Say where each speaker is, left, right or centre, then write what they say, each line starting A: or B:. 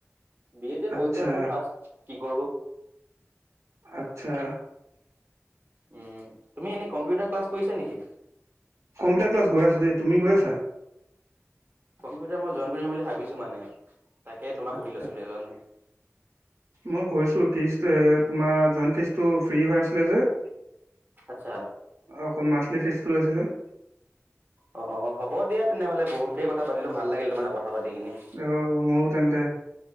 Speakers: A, on the right; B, on the right.
A: বি এ টো
B: আচ্ছা,
A: পঢ়ি চাওঁ চোন ফাৰ্ষ্ট কি কৰো।
B: আচ্ছা।
A: উমঁ, তুমি এনেই কম্পিউটাৰ ক্লাছ কৰিছা নেকি?
B: কম্পিউটাৰ ক্লাছ গৈ আছো দেই। তুমি গৈছা?
A: কম্পিউটাৰ মই জইণ্ট কৰিম বুলি ভাবিছো মানে, তাকে তোমাক
B: আচ্ছা,
A: সুধি লৈছিলো সেইকাৰণে।
B: মই গৈছো ফ্ৰীজটো এ তোমাৰ জইণ্ট ফ্ৰীজটো হৈ আছিলে যে।
A: আচ্ছা।
B: অকল মান্থলি ফ্ৰীজটো লৈছিলে।
A: অ', -অ', -অহ', হ'ব দিয়া তেনেহ'লে, বহুত দেৰি কথা পাতিলো ভাল লাগিল তোমাৰ লগত কথা পাতি কিনি।
B: অ', -মোৰো তেন্তে